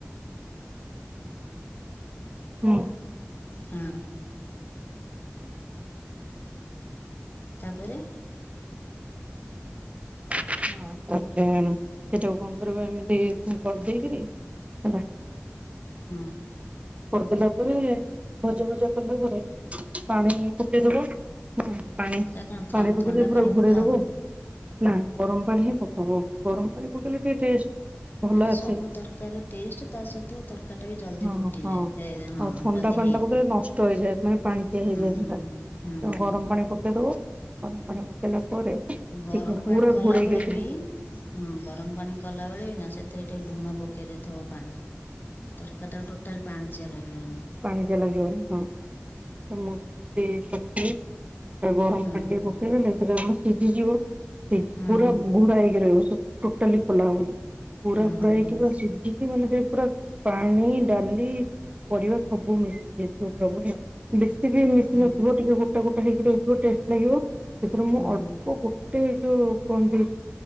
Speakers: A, on the right (about 30°); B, on the left (about 45°).
A: ହୁଁ।
B: ହଁ। ତାପରେ
A: <unintelligible> ତାପରେ ସେଟାକୁ କଣ କରିବ ଏମିତି କରି ଦେଇକରି ହବ।
B: ହୁଁ।
A: କରିଦେଲା ପରେ ଭଜା ଫଜା କଲା ପରେ ପାଣି ପକେଇଦବ। ପାଣି
B: ସେଟା କଣ ଥ
A: ପାଣି ପକେଇଦ
B: ଥଣ୍ଡା
A: ପୁରା
B: ପାଣି
A: ଘୋଡେଇ
B: ପକାହବ?
A: ଦବ ଆଉ। ନା ଗରମ ପାଣି ହଁ ପକବ ଗରମ ପାଣି ପକେଇଲେ ଟିକ ଟେଷ୍ଟ ଭଲ
B: ନାଇ ନାଇ ସବୁ
A: ଆସେ
B: ତରକାରୀ ଟେଷ୍ଟ ତା ସହିତ ତରକାର ଟା ବି ଜଲଦି
A: ହଁ
B: ଫୁଟିଯାଏ
A: ହଁ
B: ହଁ
A: ଆଉ ଥଣ୍ଡା
B: ଜଲଦି
A: ପାଣି ଟା ପକେଇଲେ ନଷ୍ଟ ହେଇଯାଏ ମାନେ ପାଣି ଚିଆ ହେଇଯାଏ
B: ହୁଁ
A: ସେଟା
B: ହୁଁ
A: ଗରମ ପାଣି ପକେଇଦବ। ଗରମ ପାଣି ପକେଇଲା ପରେ
B: ଗରମ
A: ଟିକେ ପୁରା
B: ପାଣି କଲାବେଳେ
A: ଘୋଡେଇକି ରଖିଦବ
B: ବି ହଁ ଗରମ ପାଣି କଲାବେଳେ ବି ନା ସେଥିରେ ଟିକେ ଲୁଣ ପକାଇ ଦେଇଥିବ ପାଣିରେ ତରକାରୀଟା ଟୋଟାଲ ପାଣି ଚିଆ ଲାଗିବନି।
A: ପାଣି ଚିଅ ଲାଗିବନି ହଁ ତ ମୁଁ ବି ସେମତି ପକେଇ ସେଟା ଗରମ
B: ହଁ
A: ପାଣି ଟିକେ ପକେଇଦେଲେ ସେଟା କଣ ସିଝିଯିବି
B: ହୁଁ
A: ପୁରା
B: ହୁଁ
A: ଘୁଡା ହେଇକି ରହିବ। ଟୋଟାଲି ଖୋଲା ହବନି ପୁରା ଘୋଡ଼ା
B: ହଁ
A: ହେଇଥିବ
B: ହଁ
A: ସିଝିକି ମାନେ ସେ ପୁରା ପାଣି ଡାଲି ପରିବା ସବୁ ମିଶ ଯିବ ପ୍ରଭୁହେ ବେଶ ବେଶିବି ମିଶିନଥିବ
B: ହଁ ହଁ
A: ଟିକେ ଗୋଟା ଗୋଟା ହେଇକି ରହିଥିବ ଟେଷ୍ଟ ଲାଗିବ ସେଥିରେ ମୁଁ
B: ହୁଁ
A: ଅଳ୍ପ ଗୋଟେ ଯଉ କୁହନ୍ତି